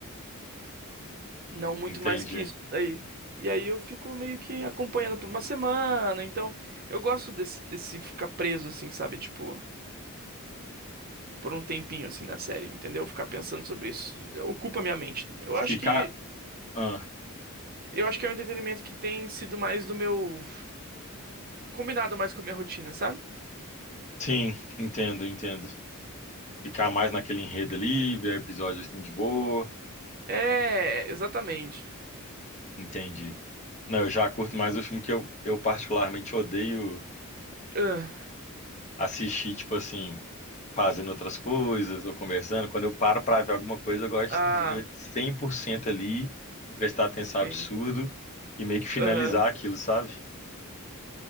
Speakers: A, on the right; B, on the left.
A: Não muito
B: entendi.
A: mais que isso daí. E aí eu fico meio que acompanhando por uma semana. Então, eu gosto desse, desse ficar preso, assim, sabe? Tipo, por um tempinho, assim, na série, entendeu? Ficar pensando sobre isso. Ocupa minha mente. Eu acho
B: Ficar.
A: que,
B: Ah,
A: eu acho que é um entretenimento que tem sido mais do meu. Combinado mais com a minha rotina, sabe?
B: sim, entendo, entendo. Ficar mais naquele enredo ali, ver episódio assim de boa.
A: É, exatamente.
B: Entendi. Não, eu já curto mais o filme que eu, eu particularmente odeio
A: Ah,
B: assistir, tipo assim, fazendo outras coisas ou conversando. Quando eu paro para ver alguma coisa, eu gosto
A: ah,
B: de ver 100% ali, prestar atenção
A: sim.
B: absurdo e meio que finalizar
A: Aham.
B: aquilo, sabe?